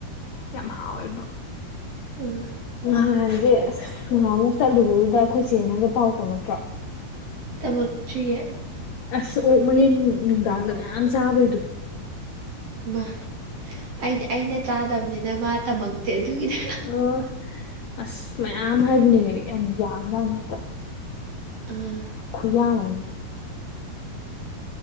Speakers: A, on the left; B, on the right.
A: ꯌꯥꯝ ꯍꯥꯎꯋꯦꯕ
B: ꯎꯝ
A: ꯅꯍꯥꯟꯁꯦ ꯑꯁ ꯉꯍꯥꯃꯨꯛ ꯆꯠꯂꯨꯕꯗꯨꯗ ꯑꯩꯈꯣꯏ ꯆꯦꯅꯪꯒ ꯄꯥꯎ ꯇꯧꯉꯛꯇ꯭ꯔꯣ
B: ꯇꯃꯛ ꯇꯔꯤꯑ
A: ꯑꯁ ꯑꯣꯛ ꯃꯔꯤꯟ ꯅꯨꯡꯗꯥꯡꯗ ꯃꯌꯥꯝ ꯆꯥꯕꯩꯗꯣ
B: ꯃꯥ ꯑꯩꯗꯤ ꯑꯩꯅ ꯆꯥꯗꯕꯅꯤꯅ ꯃꯥ ꯇꯝꯃꯛꯇꯦ ꯑꯗꯨꯒꯤꯅꯦ
A: ꯑꯣ ꯑꯁ ꯃꯌꯥꯝ ꯍꯥꯏꯕꯅꯦꯍ ꯌꯥꯝ ꯌꯥꯖꯥꯠꯅꯤ
B: ꯎꯝ
A: ꯈꯨꯨꯌꯥꯑꯝꯅꯤ